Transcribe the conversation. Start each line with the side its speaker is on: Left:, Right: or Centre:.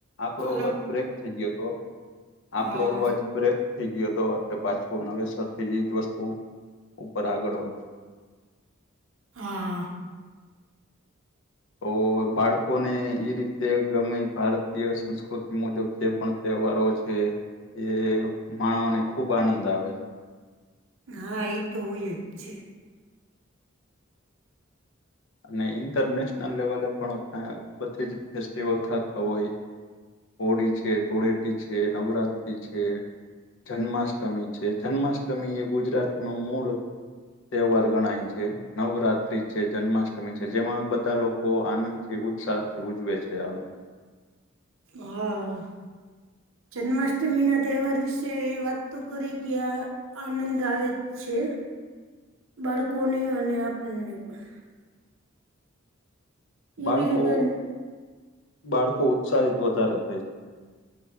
Left: આપડો
Right: હલો
Left: અવાજ બ્રેક થઈ ગયો હતો આપણો
Right: હા
Left: અવાજ બ્રેક. થઈ ગયો હતો એટલે પાછસો નવેસર થી જજ વસ્તુ ઉપર આગળ વધી.
Right: હા.
Left: તો બાળકોને એઈ રીતે ગમે ભારતીય સંસ્કૃતિ મુજબ જે. પણ તહેવારો છે એ માણવાને ખુબ આનંદ આવે છે.
Right: હ એ તોય છે.
Left: અને ઇન્ટરનેશનલ લેવલે પણ બધી જ ફેસ્ટિવલ થતા હોય. હોળી છે ધૂળેટી છે નવરાત્ર્રી છે. જન્માષ્ટમી છે જન્માષ્ટમી એ ગુજરાત નું મૂળ. તહેવાર ગણાય છે નવરાત્રી છે જન્માષ્ટમી. ત છે જેમાં બધા લોકો આનંદ થી ઉત્સાહ થી ઉજવે છે આ.
Right: હા. જન્માષ્ટમી ના તહેવાર વિશે વાત તો કરી કે આ આનંદ આવે. છે બાળકોને અને આપણને પણ
Left: બાળકો
Right: એવી રીતે
Left: બાળકો ઉત્સાહિત વધારે થાય છે